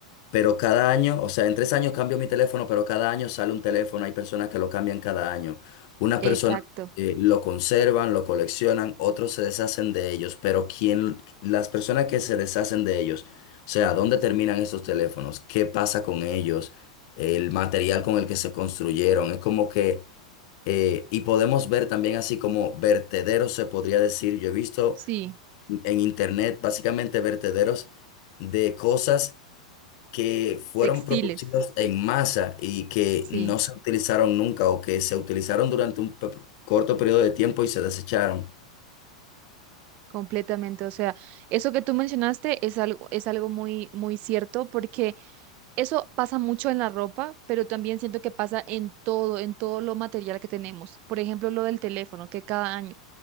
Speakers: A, on the left (about 55°); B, on the right (about 45°).
A: Pero cada año, o sea, en tres años cambio mi teléfono, pero cada año sale un teléfono. Hay personas que lo cambian cada año. Unas
B: exacto.
A: personas eh, lo conservan, lo coleccionan, otros se deshacen de ellos. Pero quién, las personas que se deshacen de ellos, o sea, ¿dónde terminan esos teléfonos? ¿Qué pasa con ellos? El material con el que se construyeron. Es como que, eh, y podemos ver también así como vertederos, se podría decir. Yo he visto
B: Sí,
A: en internet básicamente vertederos de cosas que fueron
B: textiles.
A: producidos en masa y que
B: Sí,
A: no se utilizaron nunca o que se utilizaron durante un pe- corto periodo de tiempo y se desecharon.
B: completamente. O sea, eso que tú mencionaste es algo, es algo muy, muy cierto, porque eso pasa mucho en la ropa, pero también siento que pasa en todo, en todo lo material que tenemos. Por ejemplo, lo del teléfono, que cada año.